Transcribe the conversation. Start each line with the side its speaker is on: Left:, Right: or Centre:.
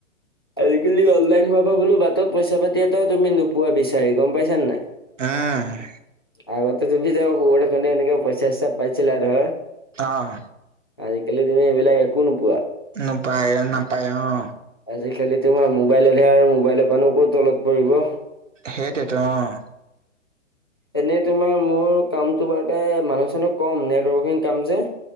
Left: আজিকালি অনলাইন হোৱা পৰা বোলো বাটত পইচা পাতি এটা তুমি নোপোৱা বিচাৰি গম পাইছা নে নাই?
Right: উম
Left: আগততে তুমি ধৰ <unintelligible> কেনে এনেকে পইচা পাইছিলা আৰু।
Right: অঁ।
Left: আজিকালি তুমি এইবিলাক একো নোপোৱা।
Right: নোপায় নাপায় অঁ।
Left: আজিকালি তোমাৰ মোবাইলতহে আৰু মোবাইলৰ পৰা নো কৰ তলত পৰিব।
Right: সেইটোৱেতো অঁ।
Left: এনেই তোমাৰ মোৰ কামটো বাৰতে মানুহ চানুহ কম নেটৱৰ্কিং কাম যে।